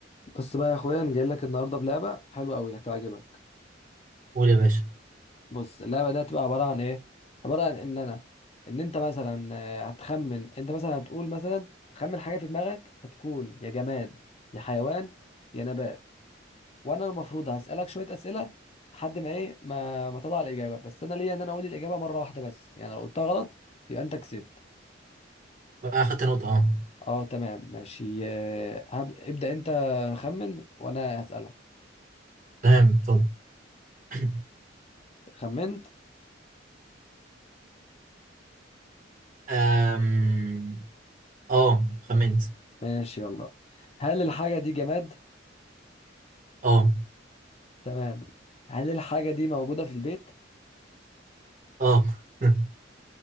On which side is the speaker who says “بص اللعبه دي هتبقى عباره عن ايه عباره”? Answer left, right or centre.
Left